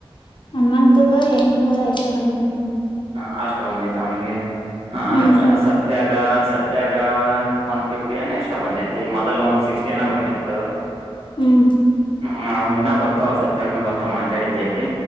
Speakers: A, on the left; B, on the right.
A: ಹನ್ ಮತ್ಗ ಎಂಟನೂರ ಎಷ್ಟ ಬಂದ ತಿ
B: ಹ ಅಷ್ಟ ಬಂದೈ್ತ ಅವನಿಗೆ ಹ
A: ಹ್ಮ್
B: ಸತ್ಯ ಈಗ ಸತ್ಯಾಗ ಒನ್ ಫಿಫ್ಟಿ ಎಷ್ಟ ಬಂದೈತಿ ಮೊದಲ್ ಒನ್ ಸಿಕ್ಸ್ಟಿನ ಬಂದಿತ್ತು
A: ಹ್ಮ್
B: ಹ್ಮ ಇನ ಬರ್ತ ಅವ ಸತ್ಯಾಗನ ಬರ್ತವ ಮಾತಾಡಿದ್ದ ಐತಿ